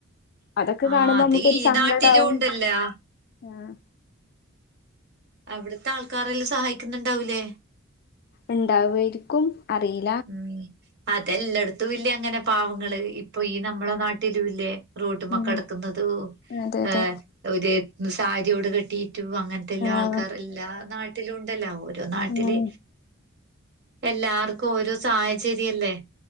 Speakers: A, on the left; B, on the right.
A: അതൊക്കെ
B: ആഹ്
A: കാണുമ്പോ
B: അത്
A: നമുക്കൊരു
B: ഈ
A: സങ്കടാവും
B: നാട്ടിലും ഉണ്ടല്ലോ
A: ആഹ്
B: അവിടുത്തെ ആൾക്കാരെല്ല സഹായിക്കുന്നുണ്ടാവൂലേ
A: ഇണ്ടാവായിരിക്കും അറിയി
B: ഉം അതെല്ലായിടത്തും ഇല്ലേ അങ്ങനെ പാവങ്ങള് ഇപ്പൊ ഈ നമ്മളെ നാട്ടിലും ഇല്ലേ റോട്ടിമ്മെ
A: ഉം
B: കെടക്കുന്നതും
A: അതെ അതെ
B: ഏഹ്‌ ഒരു സാരിയോട് കെട്ടിയിട്ടു അങ്ങനത്തെ എല്ലാ ആൾക്കാർ
A: ആഹ്
B: എല്ലാ നാട്ടിലും ഉണ്ടല്ലോ ഓരോ നാട്ടില്
A: ഉം
B: എല്ലാർക്കും ഓരോ സാഹചര്യല്ലേ